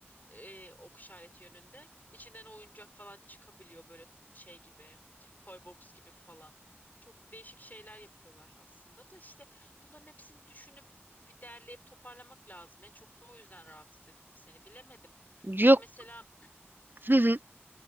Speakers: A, on the left; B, on the right.
A: e, ok işareti yönünde içinden oyuncak falan çıkabiliyor böyle şey gibi. Toy box gibi falan. Çok değişik şeyler yapıyorlar aslında da işte bunların hepsini düşünüp bir derleyip toparlamak lazım. En çok da o yüzden rahatsız ettim seni. Bilemedim. Hani
B: Yok,
A: mesela
B: hı hı,